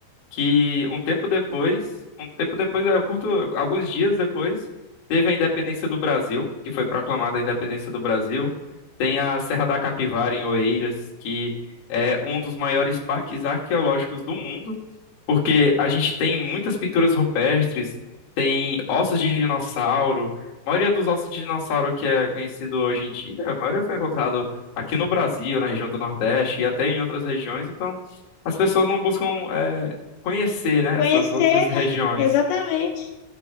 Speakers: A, on the left; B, on the left.
A: que um tempo depois, um tempo depois, é, eu curto, alguns dias depois, teve a independência do Brasil, que foi proclamada a independência do Brasil. Tem a Serra da Capivara em Oeiras, que é um dos maiores parques arqueológicos do mundo, porque a gente tem muitas pinturas rupestres, tem ossos de dinossauro. A maioria dos ossos de dinossauro que é conhecido hoje em dia, a maioria foi encontrado aqui no Brasil, na região do Nordeste e até em outras regiões, então as pessoas não buscam é, conhecer, né,
B: Conhecer,
A: essas outras
B: né?
A: regiões.
B: Exatamente.